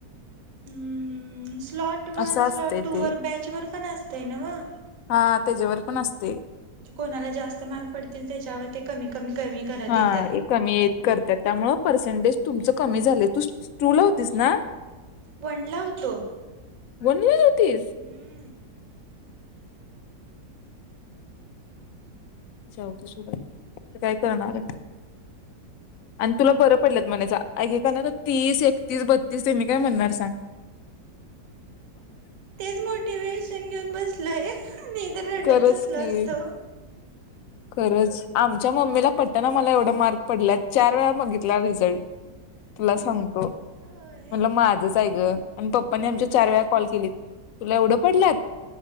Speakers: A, on the right; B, on the left.
A: हम्म हम्म स्लॉट वन
B: असं असते
A: स्लॉट टू
B: ते
A: वर बॅचवर पण असतय नव्ह
B: हा त्याच्यावर पण असतय
A: कोणाला जास्त मार्क पडतील त्याच्यावर ते कमी कमी कमी करत
B: हा
A: येतात.
B: कमी ये करत्यात त्यामुळे पर्सेंटेज तुमचं कमी झालंय तू टु ला होतीस ना?
A: वनला होतो.
B: वन ला? तेच
A: हम्म.
B: जाऊ तसुबाई काय करणार आहेत आणि तुला बरं पडलं म्हणायच ऐकाकाना तीस एकतीस बत्तीस त्यांनी काय म्हणणार सांग?
A: तेच मोटिवेशन घेऊन बस लय नाही तर रडत
B: खरंच
A: बसलो
B: की
A: असतो.
B: खरंच आमच्या मम्मीला पटना मला एवढा मार्क पडल्यात. चार वेळा बघितला रिझल्ट तुला सांगतो म्हणलं
A: होय
B: माझंचय गं. आणि पप्पाने आमच्या चार वेळा कॉल केली तुला एवढं पडलात?